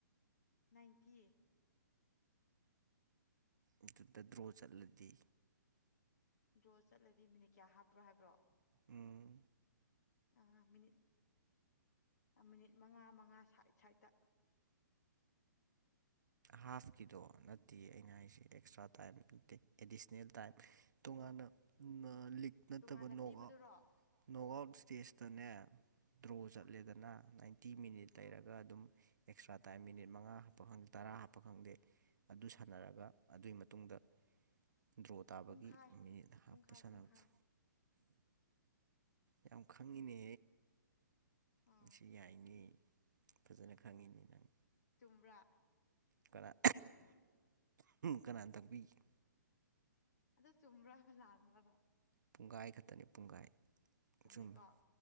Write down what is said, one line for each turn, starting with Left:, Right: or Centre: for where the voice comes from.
Left: ꯅꯥꯏꯟꯇꯤ
Right: ꯑꯗꯨꯗ ꯗ꯭ꯔꯣ ꯆꯠꯂꯗꯤ
Left: ꯗꯔꯣ ꯆꯠꯂꯗꯤ ꯃꯤꯅꯤꯠ ꯀꯌꯥ ꯍꯥꯞꯄ꯭ꯔꯣ ꯍꯥꯏꯕ꯭ꯔꯣ
Right: ꯎꯝ
Left: ꯑꯥ ꯃꯤꯅꯤꯠ ꯃꯤꯅꯤꯠ ꯃꯉꯥ ꯃꯉꯥ ꯁꯥꯏꯠ ꯁꯥꯏꯠꯇ
Right: ꯍꯥꯐꯀꯤꯗꯣ ꯅꯠꯇꯦ ꯑꯩꯅ ꯍꯥꯏꯁꯦ ꯑꯦꯛꯁꯇ꯭ꯔꯥ ꯇꯥꯏꯝ ꯑꯦꯗꯤꯁꯅꯦꯜ ꯇꯥꯏꯝ ꯇꯣꯉꯥꯟ ꯂꯤꯛ ꯅꯠꯇꯕ
Left: ꯇꯣꯉꯥꯟꯅ
Right: ꯅꯣꯛ
Left: ꯄꯤꯕꯗꯨꯔꯣ
Right: ꯑꯥꯎꯠ ꯅꯣꯛ ꯑꯥꯎꯠ ꯏꯁꯇꯦꯖꯇꯅꯦ ꯗ꯭ꯔꯣ ꯆꯠꯂꯦꯗꯅ
Left: ꯑꯥ
Right: ꯅꯥꯏꯟꯇꯤ ꯃꯤꯅꯤꯠ ꯂꯩꯔꯒ
Left: ꯑꯥ
Right: ꯑꯗꯨꯝ ꯑꯦꯛꯁꯇ꯭ꯔꯥ ꯇꯥꯏꯝ ꯃꯤꯅꯤꯠ ꯃꯉꯥ ꯍꯥꯞꯄ ꯈꯪꯗ ꯇꯔꯥ ꯍꯥꯞꯄ ꯈꯪꯗꯦ ꯑꯗꯨ ꯁꯥꯟꯅꯔꯒ ꯑꯗꯨꯒꯤ ꯃꯇꯨꯡꯗ ꯗ꯭ꯔꯣ ꯇꯥꯕꯒꯤ
Left: ꯄꯨꯡꯈꯥꯏ
Right: ꯃꯤꯅꯤꯠ ꯍꯥꯞꯄ
Left: ꯄꯨꯡꯈꯥꯏ
Right: ꯁꯥꯟꯅꯕꯗꯣ
Left: ꯄꯨꯡꯈꯥꯏ
Right: ꯌꯥꯝ ꯈꯪꯉꯤꯅꯦ
Left: ꯑꯥ
Right: ꯅꯪ ꯁꯤ ꯌꯥꯏꯅꯦ ꯐꯖꯅ ꯈꯪꯉꯤꯅꯦ ꯅꯪ
Left: ꯆꯨꯝꯕ꯭ꯔꯥ
Right: ꯀꯅꯥ ꯀꯅꯥꯅ ꯇꯥꯛꯄꯤꯒꯦ
Left: ꯑꯗ ꯆꯨꯝꯕ꯭ꯔꯥꯕ ꯂꯥꯟꯕ꯭ꯔꯕ
Right: ꯄꯨꯡꯈꯥꯏ ꯈꯛꯇꯅꯤ ꯄꯨꯡꯈꯥꯏ
Left: ꯆꯨꯝꯃꯦꯀꯣ
Right: ꯆꯨꯝꯃꯤ